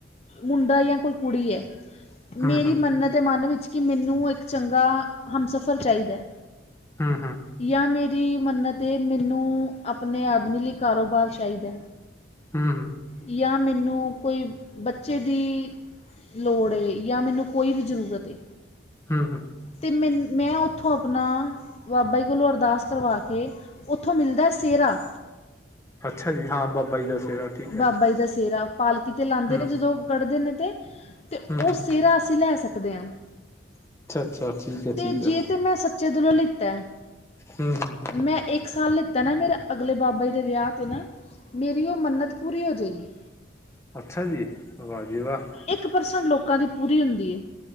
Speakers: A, on the left (about 35°); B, on the left (about 15°).
A: ਮੁੰਡਾ ਜਾਂ ਕੋਈ ਕੁੜੀ ਹੈ।
B: ਹੂੰ
A: ਮੇਰੀ
B: ਹੂੰ
A: ਮੰਨਤ ਹੈ। ਮਨ ਵਿਚ ਕਿ ਮੈਨੂੰ ਇਕ ਚੰਗਾ ਹਮਸਫ਼ਰ ਚਾਹੀਦਾ।
B: ਹੂੰ- ਹੂੰ-
A: ਜਾਂ ਮੇਰੀ ਮੰਨਤ ਹੈ ਮੈਨੂੰ ਆਪਣੇ ਆਦਮੀ ਲਈ ਕਾਰੋਬਾਰ ਚਾਹੀਦਾ
B: ਹੂੰ
A: ਜਾਂ ਮੈਨੂੰ ਕੋਈ- ਬੱਚੇ ਦੀ ਲੋੜ ਏ ਜਾਂ ਮੈਨੂੰ ਕੋਈ ਵੀ ਜ਼ਰੂਰਤ ਏ
B: ਹੂੰ- ਹੂੰ -
A: ਅਤੇ ਮੈ ਮੈ ਉਥੋਂ ਆਪਣਾ ਬਾਬਾ ਜੀ ਕੋਲੋ ਅਰਦਾਸ ਕਰਵਾ ਕੇ ਉਥੋ ਮਿਲਦਾ ਸਿਹਰਾ
B: ਅਛਾ ਜੀ ਹਾਂ ਬਾਬਾ ਜੀ ਦਾ ਸਿਹਰਾ ਠੀਕ ਹੈ
A: ਬਾਬਾ ਜੀ ਦਾ ਸਿਹਰਾ ਪਾਲਕੀ ਤੇ ਲਾਉਦੇ
B: ਹੂੰ
A: ਨੇ ਜਦੋ ਕੱਢਦੇ ਨੇ ਤੇ ਤੇ
B: ਹੂੰ
A: ਉਹ
B: ਹੂੰ
A: ਸਿਹਰਾ ਅਸੀ ਲੈ ਸਕਦੇ ਹਾਂ
B: ਅੱਛਾ ਅੱਛਾ ਠੀਕ ਹੈ
A: ਅਤੇ
B: ਠੀਕ ਹੈ
A: ਜੇ ਤਾਂ ਮੈ ਸੱਚੇ ਦੀਲੋਂ ਲਿਤ
B: ਹੂੰ ਹੂੰ ਹੂੰ
A: ਮੈਂ ਇਕ ਸਾਲ ਲਿਤਾ ਨਾ ਮੇਰੇ ਅਗਲੇ ਬਾਬਾ ਜੀ ਦੇ ਵਿਆਹ 'ਤੇ ਨਾ ਮਰੀ ਉਹ ਮੰਨਤ ਪੂਰੀ ਹੋ ਜਾਏਗੀ-
B: ਅਛਾ ਜੀ ਵਾਜੀ ਵਾਹ-
A: ਇਕ ਪਰਸੈਟ ਲੋਕਾਂ ਦੀ ਪੂਰੀ ਹੁਦੀ ਹੈ।